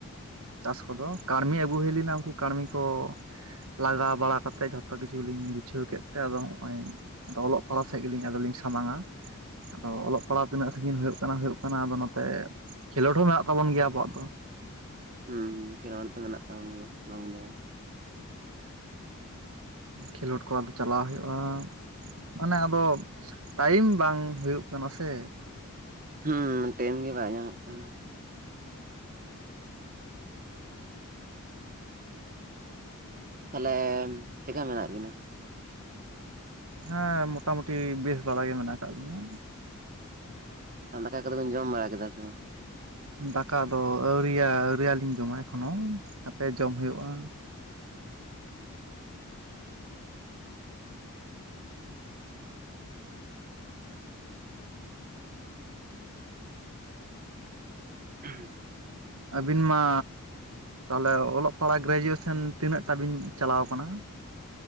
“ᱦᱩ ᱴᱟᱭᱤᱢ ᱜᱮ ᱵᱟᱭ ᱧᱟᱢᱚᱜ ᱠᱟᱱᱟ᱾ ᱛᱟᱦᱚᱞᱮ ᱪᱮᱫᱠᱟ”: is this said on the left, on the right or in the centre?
Right